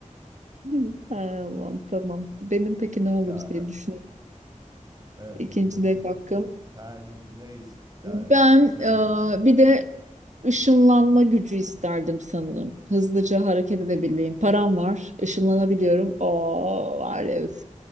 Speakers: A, on the right; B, on the right.
A: <laughs> Değil mi? Hay Allah'ım tamam. Benim peki ne olur
B: Ya
A: diye düşünüyorum.
B: evet
A: İkinci
B: ikincisi
A: de hakkım.
B: sen ne isterdin?
A: Ben
B: Söyle
A: e,
B: bakalım.
A: bir de ışınlanma gücü isterdim sanırım. Hızlıca hareket edebileyim. Param var, ışınlanabiliyorum. Oo var ya üf.